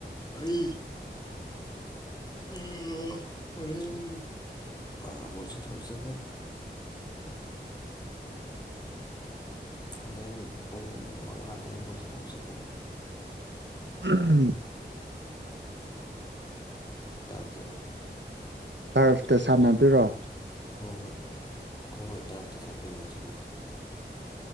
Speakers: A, on the left; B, on the right.
A: ꯑꯩ ꯍꯥ ꯍꯣꯔꯦꯟ ꯑꯥ ꯕꯣꯜ ꯁꯥꯟꯅꯕ ꯆꯠꯀꯅꯤ ꯍꯣꯔꯦꯟ ꯄꯨꯡ ꯃꯉꯥ ꯑꯗꯨꯋꯥꯢ ꯕꯣꯜ ꯁꯥꯟꯅꯕ ꯆꯠꯀꯅꯤ
B: ꯎꯝ
A: ꯇꯔꯥꯞꯇ
B: ꯇꯔꯥꯞꯇ ꯁꯥꯟꯅꯗꯣꯏꯔꯣ
A: ꯍꯣꯏ ꯍꯣꯏ ꯍꯣꯏ ꯍꯣꯏ ꯇꯔꯥꯞꯇ ꯆꯠꯀꯅꯤ ꯉꯁꯤꯗꯤ